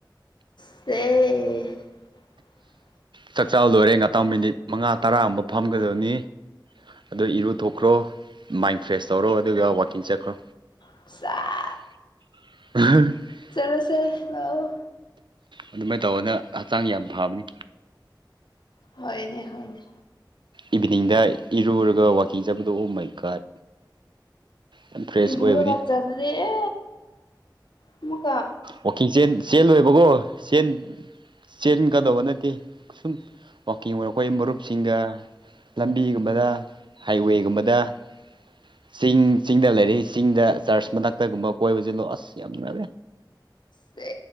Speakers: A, on the left; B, on the right.
A: <unintelligible>
B: ꯆꯥꯛꯆꯥ ꯂꯣꯏꯔꯦ ꯉꯇꯪ ꯃꯤꯅꯤꯠ ꯃꯉꯥ ꯇꯔꯥ ꯑꯃ ꯐꯝꯒꯗꯣꯢꯅꯤ ꯑꯗꯣ ꯏꯔꯨ ꯊꯣꯛꯈ꯭ꯔꯣ ꯃꯥꯏꯟ ꯐ꯭ꯔꯦꯁ ꯇꯧꯔꯣ ꯑꯗꯨꯒ ꯋꯥꯛꯀꯤꯡ ꯆꯠꯈ꯭ꯔꯣ
A: <unintelligible>
B: <unintelligible>
A: ꯆꯠꯂꯁꯦ ꯂꯥꯛꯑꯣ
B: ꯑꯗꯨꯃꯥꯏꯅ ꯇꯧꯕꯅ ꯍꯛꯆꯥꯡ ꯌꯥꯝ ꯐꯕꯅꯤ
A: ꯍꯣꯏꯅꯦ ꯍꯣꯏꯅꯦ
B: ꯏꯚꯤꯅꯤꯡꯗ ꯏꯔꯨꯔꯒ ꯋꯥꯛꯀꯤꯡ ꯆꯠꯄꯗꯣ ꯑꯣ ꯃꯥꯢ ꯒꯣꯠ ꯌꯥꯝ ꯐ꯭ꯔꯦꯁ
A: ꯏꯔꯨꯔꯒ
B: ꯑꯣꯏꯕꯅꯤ
A: ꯆꯠꯂꯗꯤꯑ ꯑꯃꯨꯀ
B: ꯋꯥꯛꯀꯤꯡ ꯆꯦꯟ ꯆꯦꯟ ꯂꯣꯏꯕꯀꯣ ꯆꯦꯟ ꯆꯦꯟꯀꯗꯧꯕ ꯅꯠꯇꯦ ꯁꯨꯝ ꯋꯥꯛꯀꯤꯡ ꯑꯣꯏ ꯈꯣꯏ ꯃꯔꯨꯞꯁꯤꯡꯒ ꯂꯝꯕꯤꯒꯨꯝꯕꯗ ꯍꯥꯏꯋꯦꯒꯨꯝꯕꯗ ꯆꯤꯡ ꯆꯤꯡꯗ ꯂꯩꯔꯤ ꯆꯤꯡꯗ ꯆꯔꯆ ꯃꯅꯥꯛꯇꯒꯨꯝꯕ ꯀꯣꯏꯕꯕꯁꯤꯂꯣ ꯑꯁ ꯌꯥꯝ ꯅꯨꯡꯉꯥꯏꯕꯅꯦ
A: ꯁꯦ